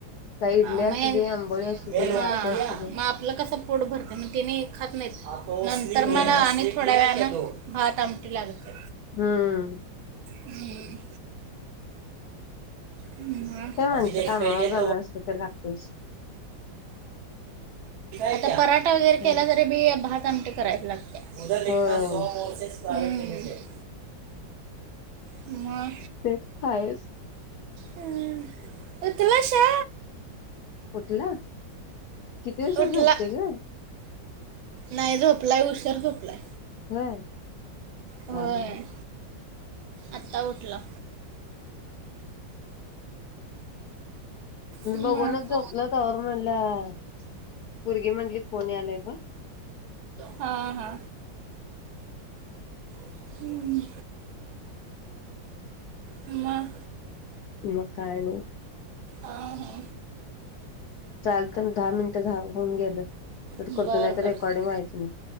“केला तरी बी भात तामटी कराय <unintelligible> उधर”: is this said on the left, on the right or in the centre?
Right